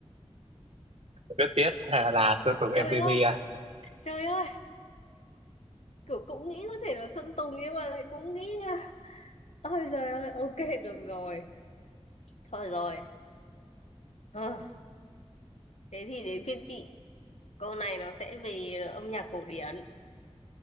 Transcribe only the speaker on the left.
<laughs>
trời
ơi
trời ơi kiểu cũng nghĩ có thể là Sơn Tùng nhưng mà lại cũng nghĩ nha ôi trời ơi ok được rồi thôi rồi Ờ, Thế thì đến phiên chị. Câu này nó sẽ về âm nhạc cổ điển.